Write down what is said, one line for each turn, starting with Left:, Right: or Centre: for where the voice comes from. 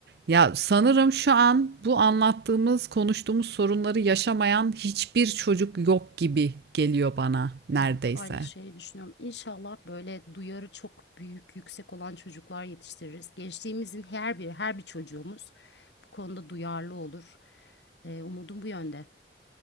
Right: ya sanırım şu an bu anlattığımız, konuştuğumuz sorunları yaşamayan hiçbir çocuk yok gibi geliyor bana neredeyse.
Left: Evet, aynı şeyi düşünüyorum. İnşallah böyle duyarı çok büyük, yüksek olan çocuklar yetiştiririz. Gençliğimizin her biri, her bir çocuğumuz bu konuda duyarlı olur. Ee, umudum bu yönde.